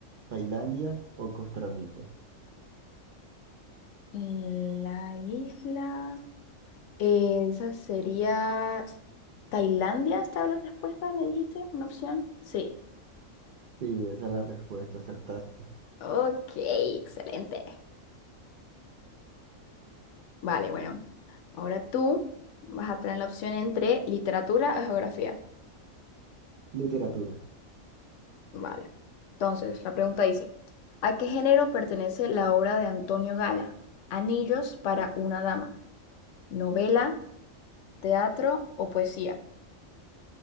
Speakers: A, on the right; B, on the left.
A: Tailandia o Costa Rica?
B: La isla. eh, Esa sería Tailandia, ¿estaba la respuesta? ¿Me dijiste? ¿Una opción? Sí.
A: Sí, esa es la respuesta, acertaste.
B: Ok, excelente. Vale, bueno. Ahora tú vas a tener la opción entre literatura o geografía.
A: Literatura.
B: Vale. Entonces, la pregunta dice, ¿a qué género pertenece la obra de Antonio Gala? Anillos para una dama, novela, teatro o poesía.